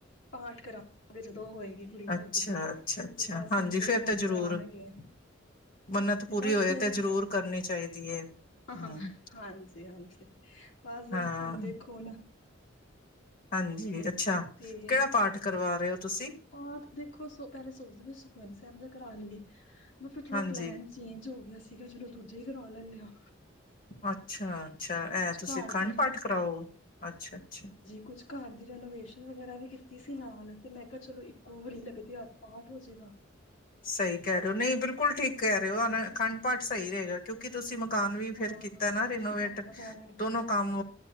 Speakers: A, on the left; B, on the left.
A: ਪਾਠ ਕਰਾਗੇ ਜਦੋਂ ਉਹ ਹੋਏਗੀ। ਕੁੜੀ ਹੋਏਗੀ
B: ਅੱਛਾ
A: ਤੇ,
B: ਅੱਛਾ ਅੱਛਾ
A: ਤੇ ਬਸ
B: ਹਾਂਜੀ
A: ਹੁਨ ਦੇਖੋ
B: ਫੇਰ ਤਾਂ
A: ਹੁਨ
B: ਜ਼ਰੂਰ
A: ਕਰਵਾਨਾ ਹੀ ਏ।
B: ਮੰਨਤ ਪੂਰੀ
A: ਤੇ ਬਸ
B: ਹੋਏ
A: ਫੇਰ,
B: ਜ਼ਰੂਰ ਕਰਨੀ ਚਾਹੀਦੀ ਹੈ
A: ਹ-ਹ
B: ਹਮ
A: ਹਾਂਜੀ-ਹਾਂਜੀ। ਬਸ
B: ਹਾਂ
A: ਹੁਨ ਦੇਖੋ ਹੁਨ।
B: ਹਾਂਜੀ, ਅੱਛਾ
A: ਤੇ
B: ਕੇੜਾ ਪਾਠ ਕਰਵਾ ਰਹੇ ਹੋ ਤੁਸੀਂ?
A: ਪਾਠ ਦੇਖੋ ਪਹਿਲੇ ਸੋਚਦੀ ਪਈ ਸੀ ਕੀ ਸੁਖਮਈ ਸੈਬ ਦਾ ਕਰਾ ਲਈਏ। ਔ ਫੇਰ ਥੋੜਾ
B: ਹਾਂਜੀ
A: ਪਲੈਨ ਚੇਂਜ ਹੋ ਗਿਆ ਸੀਗਾ ਚਲੋ ਦੂਜਾ ਹੀ ਕਰਾਵਾ ਲੈਨੇ ਆ।
B: ਅੱਛਾ-ਅੱਛਾ ਏ ਤੁਸੀਂ
A: ਘਰ
B: ਅਖੰਡ
A: ਦੀ
B: ਪਾਠ ਕਰਾਓ, ਅੱਛਾ-ਅੱਛਾ।
A: ਕੁਝ ਘਰ ਦੀ ਰੈਨੋਵੇਸ਼ਨ ਵਗੈਰਾ ਵੀ ਕੀਤੀ ਸੀ ਨਾਲ ਤੇ ਮੈਂ ਕਿਹਾ ਚਲੋ ਇੱਕੋ ਵਾਰੀ ਲੱਗਦੇ ਹੱਥ ਪਾਠ ਹੋਜੇਗਾ।
B: ਸਈ ਕਹਿ ਰਹੇ ਔ ਨਈ ਬਿਲਕੁਲ ਠੀਕ ਕਹਿ ਰਹੇ ਔ ਅਨ ਖੰਡ ਪਾਠ ਸਈ ਰਏਗਾ। ਕਿਉਂਕਿ ਤੁਸੀਂ ਮਕਾਨ ਵੀ
A: ਹਾਂ
B: ਫੇਰ ਕੀਤਾ ਨਾ ਰੀਨੋਵੇਟ
A: ਹਾਂ ਰੈਨਟ
B: ਦੋਨੋ ਕੰਮ